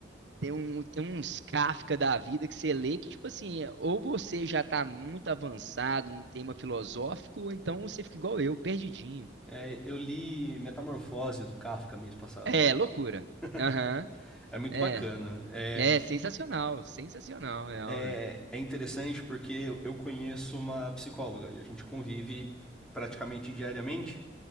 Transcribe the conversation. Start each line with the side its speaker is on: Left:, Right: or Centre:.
Right: Tem, um, tem uns Kafka da vida que você lê que, tipo assim, ou você já tá muito avançado no tema filosófico, ou então você fica igual eu, perdidinho.
Centre: É, eu li Metamorfose do Kafka mês passado.
Right: É, loucura.
Centre: <laughs>
Right: Aham.
Centre: é muito
Right: É.
Centre: bacana. É,
Right: É, sensacional. Sensacional, é. ó.
Centre: é, é interessante porque eu- conheço uma psicóloga e a gente convive praticamente diariamente.